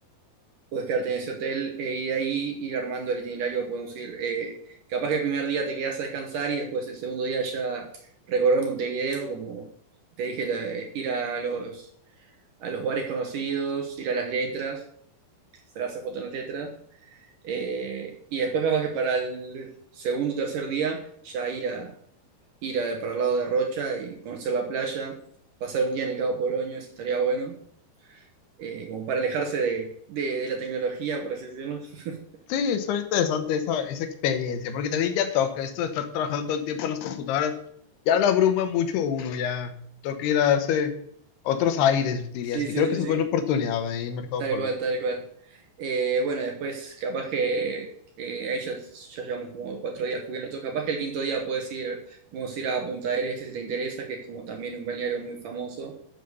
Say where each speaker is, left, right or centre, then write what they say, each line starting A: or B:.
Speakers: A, on the right; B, on the left.
A: podés quedarte en ese hotel eh, y de ahí ir armando el itinerario, podemos ir, eh, capaz que el primer día te quedas a descansar y después el segundo día ya recorrer Montevideo, como te dije, la- eh, ir a los... a los bares conocidos, ir a las letras, sacarse fotos en las letras. eh, y después capaz que para el segundo o tercer día ya ir a ir a- para el lado de Rocha y conocer la playa, pasar un día en el Cabo Polonio, eso estaría bueno, eh, como para alejarse de, de- de la tecnología, por así decirlo. <laughs>
B: Sí, son interesante esa, esa experiencia, porque también ya toca esto de estar trabajando todo el tiempo en las computadoras, ya la abruma mucho uno, ya toca ir a darse otros aires, diría
A: Sí,
B: así.
A: sí,
B: Creo
A: sí,
B: que esa
A: sí.
B: es buena oportunidad ahí en Mercado
A: Tal
B: Poloño.
A: cual, tal cual. Eh, bueno, después capaz que eh, ahí ya, ya llevamos como cuatro días cubiertos. Capaz que el quinto día puedes ir, vamos a ir a Punta del Este si te interesa, que es como también un balneario muy famoso.